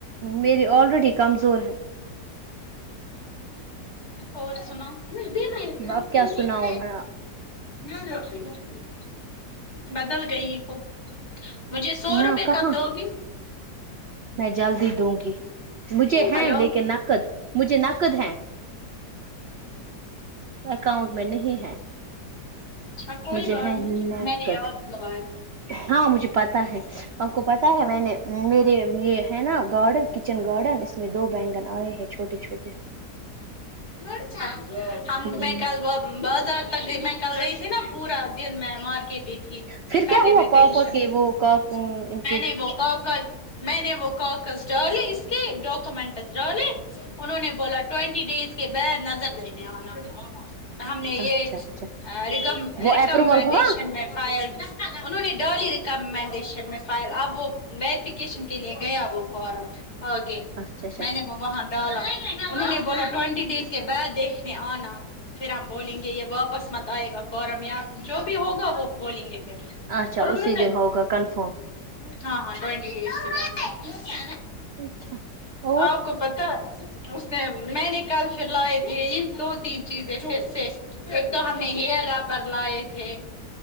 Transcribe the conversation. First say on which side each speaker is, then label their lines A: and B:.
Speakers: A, on the right; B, on the left.
A: میرے الریڈی کمزور ہے
B: اور سناؤ <unintelligible>
A: اب کیا سناؤ میں
B: بدل گئی ہو مجھے سو
A: نہ
B: روپے
A: کہاں
B: کب دو گی
A: میں جلدی دوں گی مجھے ہیں
B: ہلو
A: لیکن نقد مجھے نقد ہیں اکاؤنٹ میں نہیں ہے
B: اچھا کوئی
A: مجھے
B: بات
A: ہے
B: نہیں
A: نقد
B: میں نےیاد لگاۓ
A: ہاں مجھے پتا ہے آپ کو پتا ہے میں نے میرے یہ ہے نا گارڈن کچن گارڈن اس میں دو بیگن آئے ہیں چھوٹے چھوٹے
B: اچھا ہم
A: ہوں
B: میں کل بہت بازار تک کے میں کل گئی تھی نا پورا دن میں مارکیٹ میں تھی
A: پھر
B: پہلے
A: کیا ہوا
B: میں میں
A: پاپا
B: گئی <unintelligible>
A: کے وہ کا ان
B: میں
A: کے
B: نے وہ کاغذ میں نے وہ کاغذ ڈالے اس کے ڈاکومنٹ ڈالے انہوں نے بولا ٹوینٹی ڈیس کے بعد نظر دینے آنا ہم نے یہ
A: اچھا اچھا
B: رگم
A: وہ
B: ریکمینڈ
A: اپروول ہوا
B: یشن میں فائل انہوں نے ڈرلی ریکمنڈیشن میں فائل اب وہ ویریفیکیشن کے لیے گیا وہ فارم آگے
A: اچھا اچھا
B: میں نے وہ وہاں ڈالا انہوں نے بولا ٹوینٹی ڈیز کے بعد دیکھنے آنا پھر ہم بولیں گے یہ واپس مت آئے گا فورم یا جو بھی ہوگا وہ بولیں گے پھر
A: اچھا
B: اور انہوں
A: اسی
B: نے
A: دن ہوگا کنفرم
B: ہاں ہاں ٹوئنٹی ڈیس کے بعد
A: اچھا اور
B: اپ کو پتا اس نے میں نے کل پھر لائے تھے یہ دو تین چیزیں پھر سے ایک تو ہم نے ہیئر ربر لائے تھے